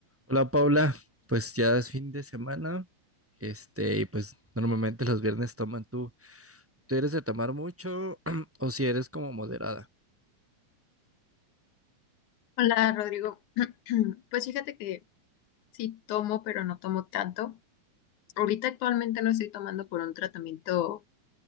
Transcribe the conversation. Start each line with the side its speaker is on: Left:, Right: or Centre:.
Right: Hola Paula, pues ya es fin de semana, este, y pues normalmente los viernes toman tú. ¿Tú eres de tomar mucho <clears throat> o si eres como moderada?
Left: Hola Rodrigo, <clears throat> pues fíjate que sí tomo, pero no tomo tanto. Ahorita actualmente no estoy tomando por un tratamiento